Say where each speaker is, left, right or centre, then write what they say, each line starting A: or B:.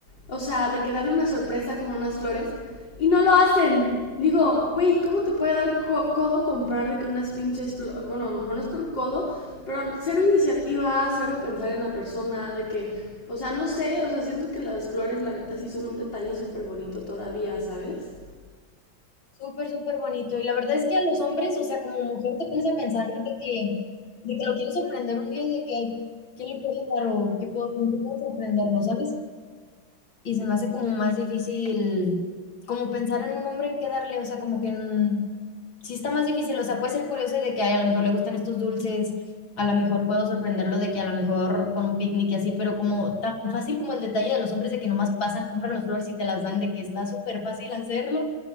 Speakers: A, on the left (about 65°); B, on the left (about 85°).
A: o sea, de que darle una sorpresa con unas flores, y no lo hacen. Digo, güey, ¿cómo te puede dar co- codo comprar de que unas pinches flores? Bueno, a lo mejor no es por codo, pero cero iniciativa, cero pensar en la persona, de que, o sea, no sé, o sea, siento que las flores, la neta, sí son un detalle súper bonito todavía, ¿sabes?
B: Súper, súper bonito. Y la verdad es que a los hombres, o sea, como mujer te pones a pensar de que, de que lo quieres sorprender un día y de que, ¿qué le puedo dar o qué puedo, con qué puedo sorprenderlo, sabes? Y se me hace como más difícil, como pensar en un hombre en qué darle, o sea, como que mm, sí está más difícil, o sea, puede ser curioso de que ay, a lo mejor le gustan estos dulces, a lo mejor puedo sorprenderlo de que a lo mejor con un picnic y así, pero como tan fácil como el detalle de los hombres de que nomás pasan, compran las flores y te las dan, de que está súper fácil hacerlo